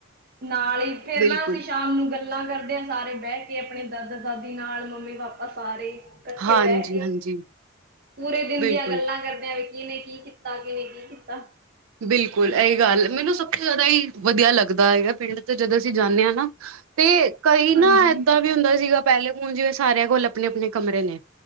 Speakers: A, on the right; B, on the right.
A: ਨਾਲ ਹੀ ਫੇਰ
B: ਬਿਲਕੁਲ।
A: ਨਾ ਅਸੀਂ ਸ਼ਾਮ ਨੂੰ ਗੱਲਾਂ ਕਰਦੇ ਹਾਂ। ਸਾਰੇ ਬਹਿ ਕੇ ਆਪਣੇ ਦਾਦਾ ਦਾਦੀ ਨਾਲ ਮੰਮੀ ਪਾਪਾ ਸਾਰੇ, ਇਕੱਠੇ
B: ਹਾਂਜੀ
A: ਬਹਿ ਕੇ
B: ਹਾਂਜੀ
A: ਪੂਰੇ ਦਿਨ
B: ਬਿਲਕੁਲ
A: ਦੀਆਂ ਗੱਲਾਂ ਕਰਦਿਆਂ ਵੀ ਕੀਨੇ ਕੀ, ਤਕੇ ਨੇ ਕੀ ਕੀਤਾ।
B: ਬਿਲਕੁਲ ਇਹੀ ਗੱਲ ਮੈਨੂੰ ਸਭ ਤੋਂ ਜ਼ਿਆਦਾ ਹੀ ਵਧੀਆ ਲੱਗਦਾ ਹੈਗਾ, ਪਿੰਡ ਤੋਂ ਜਦੋਂ ਅਸੀਂ ਜਾਂਦੇ ਹਾਂ ਨਾ। ਤੇ ਕਈ
A: ਹਾਂਜੀ
B: ਨਾ ਏਦਾਂ ਵੀ ਹੁੰਦਾ ਸੀਗਾ ਪਹਿਲੇ ਹੁਣ ਜਿਵੇਂ ਸਾਰਿਆਂ ਕੋਲ ਆਪਣੇ ਆਪਣੇ ਕਮਰੇ ਨੇ,